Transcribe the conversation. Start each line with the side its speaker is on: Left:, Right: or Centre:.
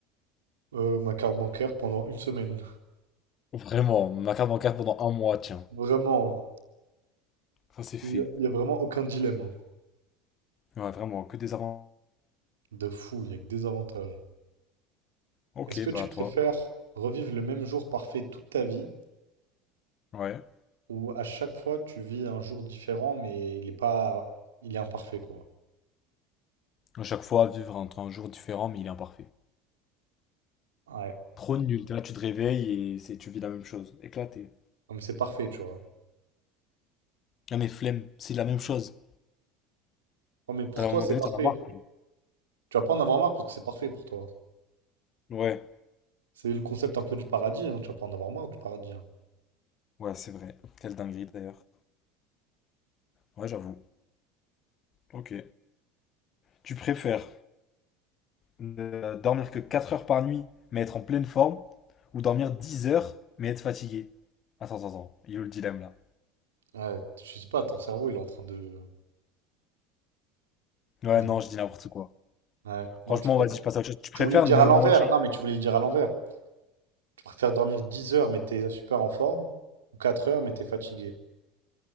Right: Euh, ma carte bancaire pendant une semaine.
Left: Vraiment, ma carte bancaire pendant un mois, tiens.
Right: <laughs> Vraiment.
Left: Ça, c'est fait.
Right: Il n'y a, il y a vraiment aucun dilemme. hein.
Left: Ouais, vraiment, que des avantages.
Right: De fou, il n'y a que des avantages.
Left: Ok,
Right: Est-ce que tu
Left: bah
Right: préfères
Left: toi.
Right: revivre le même jour parfait toute ta vie
Left: Ouais.
Right: ou à chaque fois tu vis un jour différent mais il est pas il est imparfait quoi.
Left: À chaque fois, vivre entre un jour différent, mais il est imparfait.
Right: Ouais,
Left: Trop nul. Là, tu te réveilles et c'est, tu vis la même chose. Éclaté.
Right: comme c'est parfait, tu vois.
Left: Ah, mais flemme, c'est la même chose.
Right: oh mais pour
Left: T'as à
Right: toi
Left: un moment
Right: c'est
Left: donné,
Right: parfait.
Left: t'en as marre. quoi.
Right: Tu vas pas en avoir marre parce que c'est parfait pour toi.
Left: Ouais,
Right: C'est le concept un peu du paradis hein, tu vas pas en avoir marre du paradis hein.
Left: ouais, c'est vrai. Quelle dinguerie d'ailleurs. Ouais, j'avoue. Ok. Tu préfères euh, dormir que 4 heures par nuit, mais être en pleine forme, ou dormir 10 heures, mais être fatigué? Attends, attends, attends, il est où le dilemme là?
Right: Ouais, je sais pas, ton cerveau il est en train de
Left: Ouais,
Right: Je-
Left: non, je dis n'importe quoi.
Right: Ouais,
Left: Franchement,
Right: non, je pense
Left: vas-y, je passe à autre chose. Tu préfères
Right: Tu voulais le dire
Left: ne
Right: à l'envers.
Left: manger?
Right: Non, mais tu voulais le dire à l'envers. Tu préfères dormir 10 heures mais t'es super en forme ou 4 heures mais t'es fatigué.